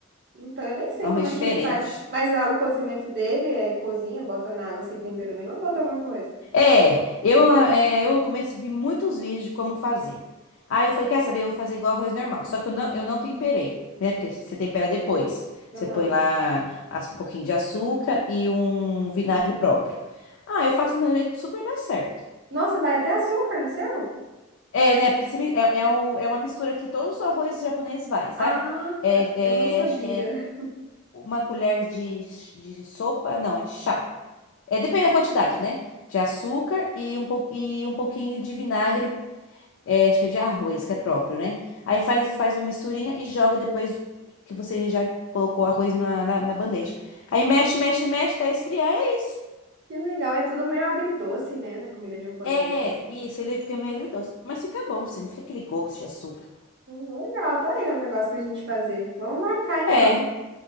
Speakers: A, on the right; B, on the left.
A: Então eu nem sei
B: Um arroz
A: como é
B: diferente.
A: que faz. Mas ah, o cozimento dele é cozinha, bota na água sem tempero nenhum, ou bota alguma coisa.
B: É, eu, é, eu no começo vi muitos vídeos de como fazer. Aí eu falei, quer saber, eu vou fazer igual arroz normal. Só que eu não, eu não temperei, né? Porque você tempera depois. Você
A: Aham.
B: põe lá as- um pouquinho de açúcar e um vinagre próprio. Ah, eu faço do meu jeito, super dá certo.
A: Nossa, vai até açúcar no seu?
B: É, né? Porque você mi- é, é, o- é uma mistura que todos os arroz japoneses vai, sabe?
A: Ah,
B: É,
A: tá. Eu não sabia.
B: é, acho que é
A: <laughs>
B: uma colher de, de sopa, não, é de chá. É, depende da quantidade, né? De açúcar e um, pou- e um pouquinho de vinagre É, acho que é de arroz, que é próprio, né? Aí faz, faz uma misturinha e joga depois que você já colocou o arroz na, na, na bandeja. Aí mexe, mexe, mexe até esfriar e é isso.
A: Que legal. É tudo meio agridoce, né? Na comida japonesa.
B: É, isso, ele fica meio agridoce. Mas fica bom, sim, não fica aquele gosto de açúcar.
A: Hum, legal, tá aí o negócio pra gente fazer. Vamos marcar então.
B: É,